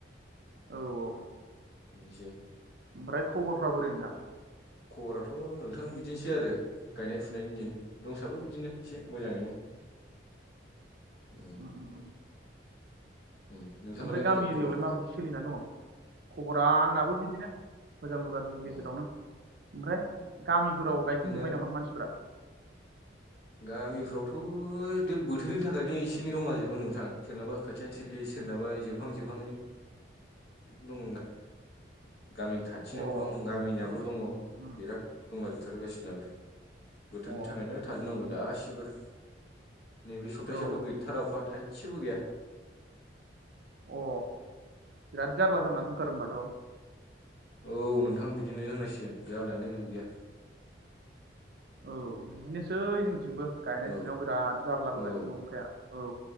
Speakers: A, on the right; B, on the left.
A: औ औ।
B: निसै
A: ओमफ्राय खबरफ्रा बोरै नोंथां?
B: खबराथ' नोंथां बिदिनोसै आरो। गायनाय फुनायनि दिन दंसाबो बिदिनो एसे मोजाङैनो। <inaudible> औ।
A: औ औ
B: उम नोंथांनालाय
A: ओमफ्राय गामि
B: बोरै खबरफ्रालाय
A: एरियायावलाय माबायदि सोलिना दङ खबरा आंनाबो बिदिनो मोजांबो गार जिबो गेजेरावनो
B: अ
A: ओमफ्राय गामिफोराव गायखांजोब्बाय
B: जोंना
A: नामा मानसिफ्रा?
B: गामिफ्रावथ' दि बोथोरनि थाखायनो एसे एनै दंलाजोबो नोंथां सोरनाबा खोथिया थिलि सोरनाबा जोबहां जोबहांङैनो <inaudible> दङ आर गामि खाथिनाबो
A: अ
B: दं गामिनाबो
A: बिदि
B: दङ
A: उम
B: बिराद दंलाजोबथारो गासिबनाबो।
A: अ
B: बोथोरनि थाखायनो थाजोबनांगौ
A: उम उम उम
B: गासिबो। नैबे सपथासेयावथ
A: औ
B: गैथारा अखा थाइसेबो गैया।
A: अ बिराद जारला जानानै दथारो होनोमबाथ'।
B: औ नोंथां बिदिनो होननांसिगोन जारलायानो जुत गैया।
A: औ बिदिनोसै जोंथिंबो गायनाय
B: औ
A: फुनायाव बिराद जार्ला होगासिनो
B: औ
A: अखाया औ